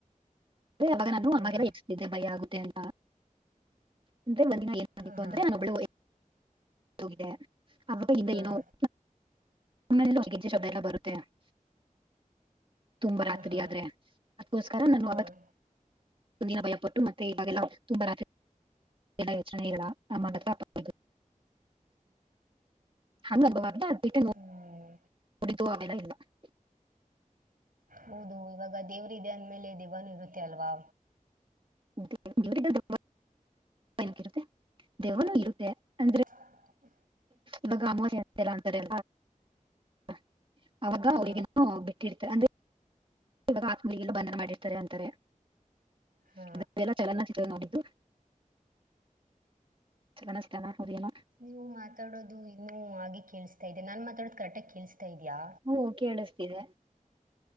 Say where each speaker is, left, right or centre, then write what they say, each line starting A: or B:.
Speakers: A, on the right (about 40°); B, on the right (about 85°).
A: ಅವಾಗ ನಾನು
B: ಹಾಂ
A: ಅಮ್ಮಾಗೆ ಎಬ್ಬಿಸುತ್ತಿದ್ದೆ ಭಯ ಆಗುತ್ತೆ ಅಂತ ಅಂದೆ. - ಆ
B: ಹಾಂ ಹಾಂ
A: ಅಂದ್ರ ಬಿ <inaudible> ತೋಗಿದೆ ಅವಾಗ
B: ಹಾಂ
A: ಏನೋ <unintelligible> ಆಲೆ ಗಜ್ಜೆ ಶಬ್ದದೆಲ್ಲ ಬರುತ್ತೆ <unintelligible> ತುಂಬಾ
B: ಹಾಂ
A: ರಾತ್ರಿ
B: ಹಾಂ
A: ಆದ್ರೆ ಅದಕೋಸ್ಕರ ನನ್
B: ಹಾಂ
A: ಅವತ್ತು <unintelligible> ಹಂದಿನ ಭಯಪಟ್ಟ ಮತ್ತೆವಾಗ ತುಂಬ <unintelligible> <inaudible> ಎಲ್ಲ ಯೋಚನೆ ಇಲ್ಲ ಆ ಮದು <unintelligible> ಹಂಗ ವರ್ದ ಅರ್ <unintelligible>
B: ಹ್ಞೂ
A: ಕುಡಿತು ಆೆಲ್ಲ ಇಲ್ಲ <unintelligible> <inaudible>
B: ಹೌದು! ಇವಾಗ ದೇವ್ರ ಇದೇ ಅಂದ್ಮೇಲೆ ದೇವ್ವನು ಇರುತ್ತೆ ಅಲ್ವಾ.
A: ಗುಡ್ <unintelligible> ಕಿ ಇರುತ್ತೆ, <unintelligible> ದೇವ್ವನು ಇರುತ್ತೆ ಅಂದ್ರೆ
B: ಆಯ್ತಾ <unintelligible>
A: ಇವಮ್ಮ ಅಂತಾರೆ <unintelligible> ಅವಾಗ
B: ಹಾ
A: ಅವಗನು ಬಿಟ್ಟಿರ್ತಾರೆ ಅಂದ್ರೆ ಇವಾಗ ಆತ್ಮಲಿಗೆಲ್ಲ ಬಂಧನ ಮಾಡಿರ್ತಾರೆ ಅಂತಾರೆ
B: ಹಾ
A: <unintelligible> <unintelligible> ಎಲ್ಲ ಚಲನ ಚಿತ್ರ ನೋಡಿದ್ದು. ಚನಸ್ತಾನ ಹದೇನ <unintelligible>
B: ನೀವು ಮಾತಾಡೋದು ಇನ್ನೂ ಹಾಗೆ ಕೇಳಿಸ್ತಾ ಇದೆ ನಾನ ಮಾತಾಡೋದ ಕರೆಕ್ಟಾಗಿ ಕೇಳಿಸತಾ ಇದೆಯಾ
A: ಹ್ಮ ಕೇಳಿಸ್ತಿದೆ.